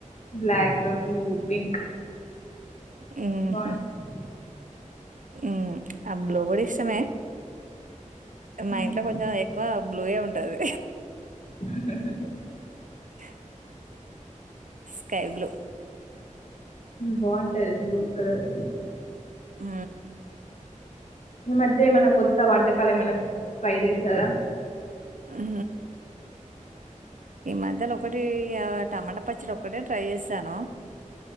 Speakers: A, on the left (about 60°); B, on the right (about 75°).
A: బ్లాక్ బ్లూ పింక్
B: మ్మ్
A: బాగుంటాయి
B: హ్మ్ మ్మ్ ఆ బ్లూ కూడా ఇష్టమే మా
A: మ్మ్.
B: ఇంట్లో కొంచం ఎక్కువ బ్లూయే ఉం ఉంటది
A: <unintelligible>
B: <unintelligible> స్కై బ్లూ
A: బాగుంటాది బ్లూ కలర్
B: ఊ
A: ఈ మధ్య ఏమన్నా కొత్త వంటకాలు ఏమన్నా ట్రై చేశారా!
B: ఊ ఈ మధ్యలో ఒకటి ఆ టమాటా పచ్చడి ఒకటే ట్రై చేశాను.